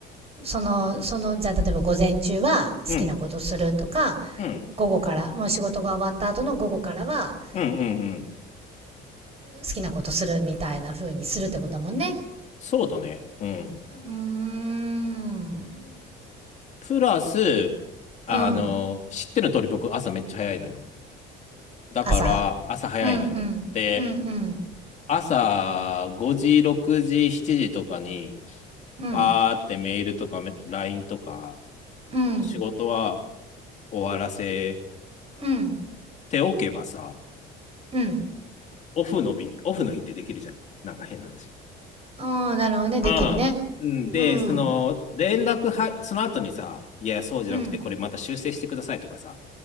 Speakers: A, on the right; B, on the left.
A: その、その、じゃあ例えば午前中は好きなことするとか、
B: うん、うん、
A: 午後から、もう仕事が終わった後の午後からは
B: うんうんうん。
A: 好きなことするみたいな風にするってことだもんね。
B: そうだね。うん。
A: うーん。
B: プラス、あの、
A: うん。
B: 知ってる通り僕朝めっちゃ早いのよ。だから朝早いのよね。
A: 朝。うんうん。
B: で、
A: うんうん。
B: 朝5時、6時、7時とかに、
A: うん。
B: バーってメールとかめ LINE とか
A: うん。
B: の仕事は終わらせ
A: うん。
B: ておけばさ、
A: うん。
B: オフの日、オフの日ってできるじゃん。なんか変な話。
A: ああ、なるほどね。
B: ああ。
A: できるね。
B: うんで、
A: うん。
B: その、連絡は、その後にさ、いや、そうじゃなくて、
A: うん。
B: これまた修正してくださいとかさ、